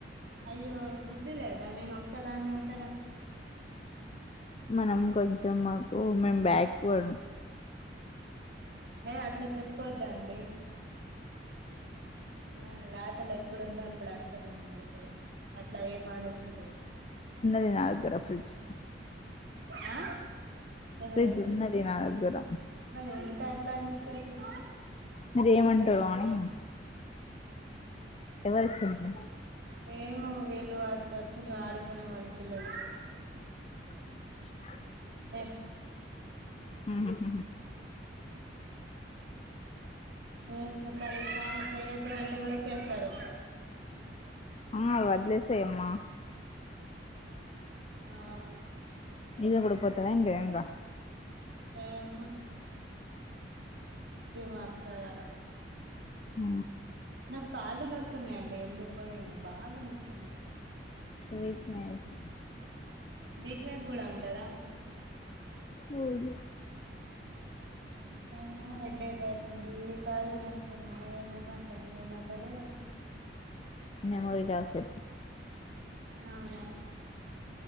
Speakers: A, on the right; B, on the left.
A: అయ్యో ఫ్రిడ్జ్ లేదా నేను ఒక్క దాన్ని ఉంట
B: మనం కొంచెం మాకు ఓ మేమ్ బ్యాక్వడ్
A: హేయ్ అట్లా చెప్పుకోద్దా అండి మ రాత్ తలు ఎప్పుడుందో అప్పుడు వస్తది మా దగ్గర అట్లా ఏం ఆలోచించద్దు
B: ది నాగర ఫ్రిజ్
A: ఆ ఏమన్నారు
B: ఫ్రిడ్జ్ ఉన్నది నా దగ్గర
A: మా ఉంటే ఎట్లా ఎందుకు చేసది
B: మీరు ఏమంటరో అని ఎవరొచ్చిండ్రు
A: ఏమో వీళ్ళు అచ్ వచ్చిన్రు ఆడు కొనే వాళ్ళు పిల్లలు
B: అ
A: హె
B: మ్ మ్ హ్
A: ఏం చెప్పాలి స్నానం చేయద్దు అంటే గుడా చేస్తరు.
B: అమ్మ వదిలేసేయి అమ్మా
A: ఆ
B: ఇదే గుడ పోతద ఎంటి ఎంకా
A: ఏమ్ డిమార్ట్ కదా
B: ఆ
A: నాక్ కాళ్ళు నొస్తున్నాయండి ఎందుకో ఏమో బాగా నొస్తున్నయి.
B: వీక్నెస్
A: వీక్నెస్ గుడా ఉంటదా?
B: అవును
A: ఏమో హెడ్డేక్ అయితుంది, కాళ్ళు నొస్తున్నయి ఏమేమో అయితాంది ఏమై తదో ఏమో
B: మెమోరీ లాసే
A: అవునా